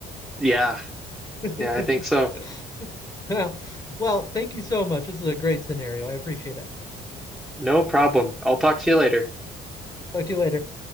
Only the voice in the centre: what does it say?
yeah,
yeah, I think so.
No problem. I'll talk to you later.